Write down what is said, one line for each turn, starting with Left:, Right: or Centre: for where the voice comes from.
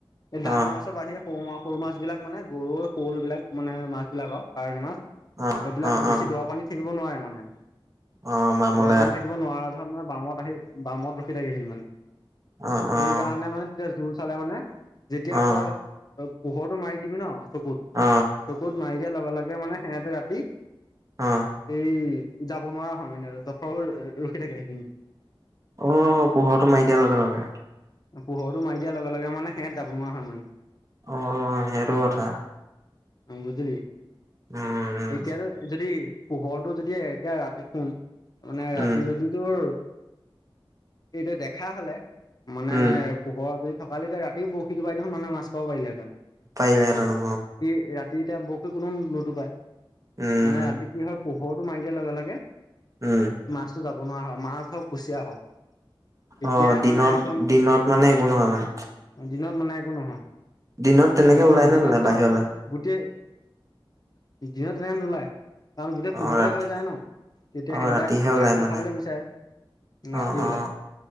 Left: এই ডাঙৰ
Right: অ',
Left: মাছৰ বাহিৰে সৰু মা সৰু মাছ বিলাক মানে গৰৈ শ'ল বিলাক মানে মাছ বিলাক আৰু কাৱৈী মাছ
Right: অ',
Left: এইবিলাক
Right: অ',
Left: বেছি
Right: অ',
Left: দৰ পানী থাকিব নোৱাৰে মানে
Right: অ', বামলৈ
Left: দৰ পানী থাকিব নোৱাৰা ত মানে বামত আহি বামত ৰখি থাকিহি মানে
Right: অ',
Left: সেইকাৰণে
Right: অ',
Left: মানে তেতিয়া জোৰ চালে মানে যেতিয়া
Right: অ', অ',
Left: তই অ পোহৰটো মাৰি দিবি ন চকুত
Right: অ
Left: চকুত মাৰি দিয়া লগে লগে মানে সিহঁতে ৰাতি
Right: অ',
Left: এই যাব নোৱাৰা হয় মানে আৰু যথৰ ৰখি থাকে সেইখিনিতে
Right: অ পোহৰটো মাৰি দিয়াৰ লগে লগে
Left: পোহৰটো মাৰি দিয়াৰ লগে লগে মানে সেহঁত যাব নোৱাৰা হয় মানে
Right: অ সেইটো কথা
Left: অ বুজিলি
Right: উম,
Left: এতিয়া আৰু যদি পোহৰটো যদি এতিয়া ৰাতি শুন মানে ৰাতি
Right: উম,
Left: যদি তোৰ এইটো দেখা হলে মানে
Right: উম,
Left: পোহৰ দুইত থকা হ'লে ৰাতিও বৰশী টো বাই দে মানুহে মাছ খাব পাৰিলে হয়
Right: পাৰিলেহেতেন
Left: ৰাতি এতিয়া বৰশী কোনো নুতুপাই
Right: উম,
Left: মানে ৰাতি কি হয় পোহৰটো মাৰি দিয়াৰ লগে লগে
Right: উম,
Left: মাছতো যাব নোৱাৰা হয় মাছ ধৰক কুচিয়া হওক তেতিয়াই
Right: অ দিনত
Left: মানে একদম
Right: দিনত মানে একো নহয় মানে
Left: দিনত মানে একো নহয়
Right: দিনত তেনেকে
Left: গম পালি
Right: ওলাই
Left: নাই
Right: নে
Left: দিনত
Right: নলে
Left: কাৰণতো
Right: বাহিৰলৈ
Left: গোটেই দিনত ৰাম নলাই কাৰণ গোটেই পোহৰে
Right: অ', ৰাতি
Left: হৈ যায় ন তেতিয়া
Right: অ',
Left: সিহঁতে
Right: ৰাতিহে ওলাই
Left: খাদ্য
Right: মানে
Left: খাবলৈ বিচাৰে
Right: অ
Left: ৰাতি ওলাই
Right: অ